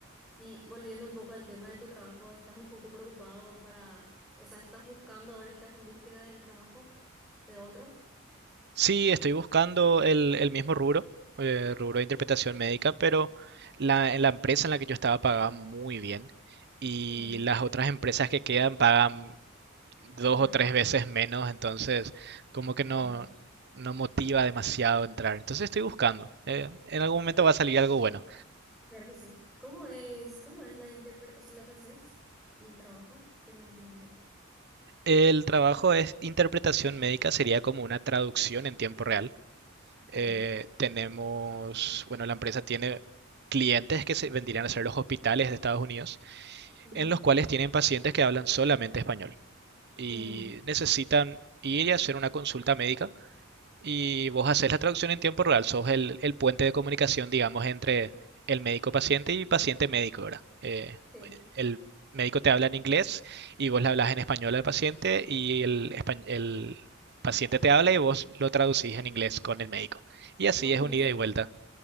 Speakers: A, in the centre; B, on the right (about 55°).
A: Y volviendo un poco al tema de tu trabajo, ¿estás un poco preocupado para, o sea, estás buscando, ahora estás en búsqueda del trabajo de otro?
B: Sí, estoy buscando el, el mismo rubro, eh, rubro de interpretación médica, pero la, en la empresa en la que yo estaba pagaban muy bien y
A: Mm,
B: las otras empresas que quedan pagan dos
A: más o
B: o
A: menos.
B: tres veces menos, entonces como que no,
A: Ah, es mucho.
B: no motiva demasiado entrar. Entonces estoy buscando. eh, en algún momento va a salir algo bueno.
A: Claro que sí. ¿Cómo es, cómo es la interpre- o sea, lo que haces, el trabajo? Que no entendía.
B: El trabajo es interpretación médica, sería como una traducción en tiempo real. Eh,
A: Sí.
B: tenemos, bueno, la empresa tiene clientes que se vendrían a ser los hospitales de Estados Unidos,
A: Ujú.
B: en los cuales tienen pacientes que hablan solamente español y
A: Mm,
B: necesitan ir y hacer una consulta médica y vos haces la traducción en tiempo real, sos el, el puente de comunicación, digamos, entre el médico paciente y paciente médico, ¿verdad? Eh,
A: sí.
B: el médico te habla en inglés y vos le hablas en español al paciente y el, espa- el paciente te habla y vos lo traducís en inglés con el médico. Y así
A: Está buenísimo.
B: es un ida y vuelta.